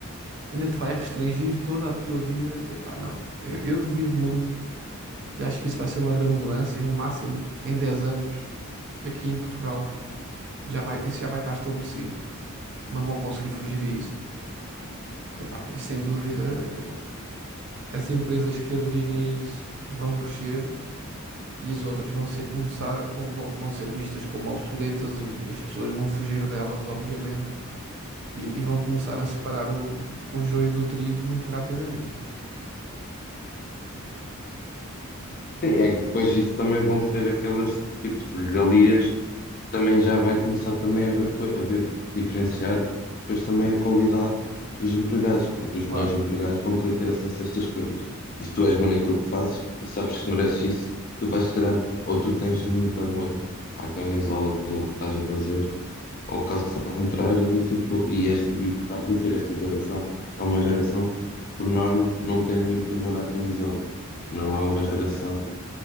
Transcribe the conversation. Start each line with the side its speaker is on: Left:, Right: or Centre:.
Right: ainda te vai restringir toda a tua vida. Epá, não. Eu, eu duvido muito e acho que isso vai ser uma grande mudança e no máximo em 10 anos aqui em Portugal já vai, isso já vai estar estabelecido. Não vão conseguir fugir a isso. Epá, e sem dúvida eh, as empresas que aderirem a isso vão crescer e as outras vão ser começar, vão, vão vão ser vistas como obsoletas e, e as pessoas vão fugir delas, obviamente, e, e vão começar a separar o, o joio do trigo muito rapidamente.
Left: Sim, é que depois disso também vão ser aquelas tipos de regalias que também já vai começar também a ver, a ver diferenciar depois também a qualidade dos empregados, porque os melhores
Right: Ué,
Left: empregados vão querer ter acesso a estas coisas. E se tu és bom naquilo que fazes e sabes que mereces isso, tu vais, se calhar, ou tu tens muito amor à camisola pelo que estás a fazer, ou caso contrário, do tipo, e, este, e o que estavas a dizer, esta geração é uma geração que, por norma, não tem muito amor à camisola. Não é uma geração